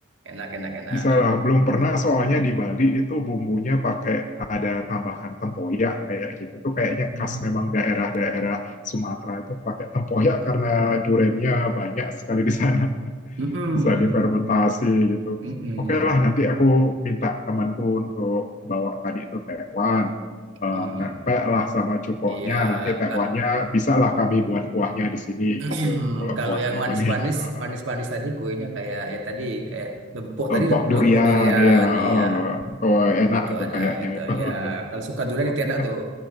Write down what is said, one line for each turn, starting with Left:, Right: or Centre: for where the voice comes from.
Right: enak enak enak
Left: Bisa lah. Belum pernah soalnya di Bali itu bumbunya pakai ada tambahan tempoyak kayak gitu. Itu kayaknya
Right: Mm-mm.
Left: khas memang daerah-daerah Sumatera itu pakai tempoyak karena durennya banyak sekali di sana
Right: Mm-mm.
Left: bisa difermentasi gitu.
Right: Mm-mm,
Left: Oke
Right: ya.
Left: lah, nanti aku minta temanku untuk bawa tadi itu tekwan, eh,
Right: Mm.
Left: pepek lah sama cukoknya,
Right: Iya,
Left: nanti tekwannya
Right: kal-
Left: bisa lah kami buat kuahnya di sini
Right: <clears throat>
Left: gitu. Kalau
Right: kalau
Left: kuahnya
Right: yang manis-manis,
Left: bening, eh,
Right: manis-manis tadi kuenya kayak ya tadi kayak lempok tadi
Left: untuk
Right: lem-
Left: durian
Right: lempok durian,
Left: ya,
Right: iya
Left: eh, oh, enak
Right: itu
Left: itu
Right: ada
Left: kayaknya
Right: itu.
Left: itu. <laughs>
Right: Ya, kalau suka durian
Left: Oke
Right: itu enak
Left: lah,
Right: tuh.